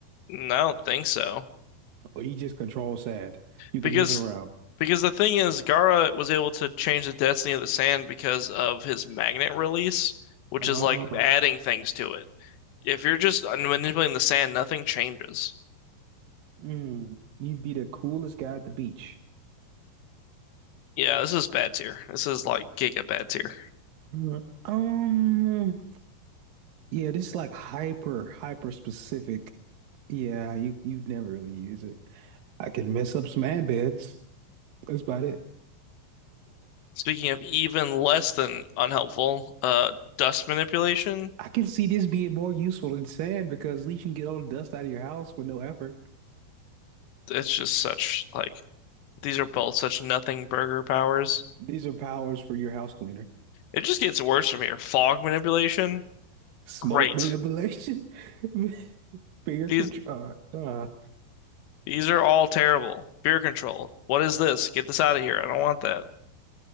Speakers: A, on the left (about 80°); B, on the right (about 65°).
A: no, I don't think so.
B: Or you just control sand. You
A: Because
B: can move it around.
A: because the thing is, Gaara was able to change the density of the sand because of his magnet release, which
B: Oh,
A: is like adding things to it. If you're just manipulating the sand, nothing changes.
B: mm. You'd be the coolest guy at the beach.
A: Yeah, this is bad tier. This is like giga bad tier.
B: Mhm. Um, Yeah, this is like hyper, hyper specific. Yeah, you you'd never really use it. I could mess up some ant beds. That's about it.
A: Speaking of even less than unhelpful, uh, dust manipulation,
B: <laughs> I can see this being more useful than sand because at least you can get all the dust out of your house with no effort.
A: it's just such like these are both such nothing burger powers.
B: These are powers for your house cleaner.
A: It just gets worse from here. Fog manipulation,
B: Smoke
A: great.
B: manipulation, <laughs> finger
A: These
B: control. Uh, uh,
A: These are all terrible. Fear control. What is this? Get this out of here. I don't want that.